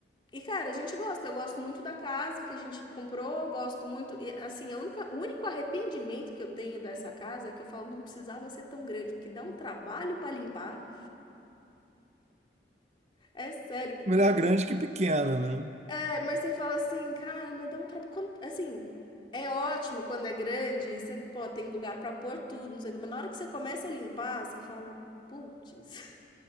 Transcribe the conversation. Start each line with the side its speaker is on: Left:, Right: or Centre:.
Left: e, cara, a gente gosta. Eu gosto muito da casa que a gente comprou, gosto muito. E, assim, a única, o único arrependimento que eu tenho dessa casa é que eu falo, não precisava ser tão grande, porque dá um trabalho para limpar. É sério.
Right: Melhor
Left: Você
Right: grande que pequena, né?
Left: É, mas você fala assim: "Cara, mas dá um traba" quan assim, é ótimo quando é grande e você, pô, tem lugar pra pôr tudo, não sei o quê, mas na hora que você começa a limpar, você fala: putz. <laughs>